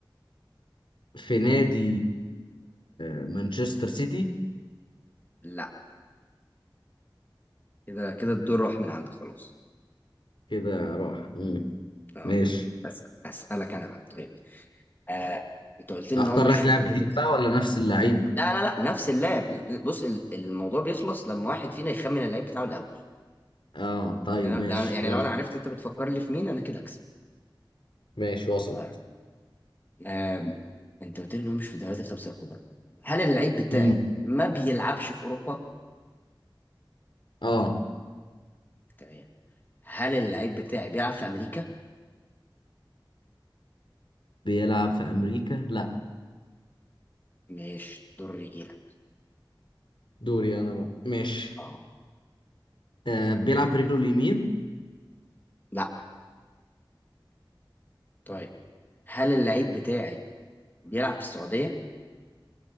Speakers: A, on the left; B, on the left.
A: في نادي آه، مانشستر سيتي
B: لا كده كده الدور راح من عندك خلاص
A: كده راح مم.
B: اه
A: ماشي
B: بس اسألك انا بقى طيب آه انت قلت لي
A: اختار
B: ان هو مش
A: لك
B: في
A: لاعب
B: الدوريات
A: جديد
B: الخمسة
A: بقى ولا نفس اللعيب
B: لا لا لا نفس اللعب بص ال- الموضوع بيخلص لما واحد فينا يخمن اللعيب بتاعه الاول
A: اه طيب
B: يعني
A: ماشي
B: أنا- لا يعني
A: يلا
B: لو انا عرفت انت بتفكر لي في مين انا كده هكسب
A: ماشي وسط
B: طيب آم، انت قلت لي انه مش في الدوريات الخمسه الكبرى هل اللعيب بتاعي
A: مم.
B: ما بيلعبش في اوروبا
A: اه
B: تمام هل اللعيب بتاعي بيلعب في امريكا
A: بيلعب في امريكا لا
B: مش دور رجيله
A: دوري انا بقى ماشي
B: اه
A: آه بيلعب برجله اليمين
B: لا طيب هل اللعيب بتاعي بيلعب في السعوديه